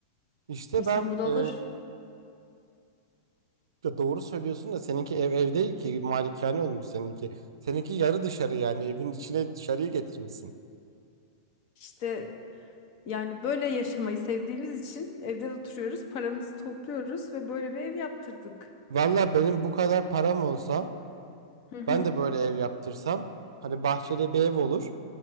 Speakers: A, on the right; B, on the left.
A: İşte
B: İnsan
A: ben
B: bunalır.
A: e, ya doğru söylüyorsun da seninki ev ev değil ki malikane olmuş seninki. Seninki yarı dışarı yani evin içine dışarıyı getirmişsin.
B: İşte yani böyle yaşamayı sevdiğimiz için evde oturuyoruz, paramızı topluyoruz ve böyle bir ev yaptırdık.
A: Valla benim bu kadar param olsa
B: Hı hı.
A: ben de böyle ev yaptırsam hani bahçeli bir ev olur.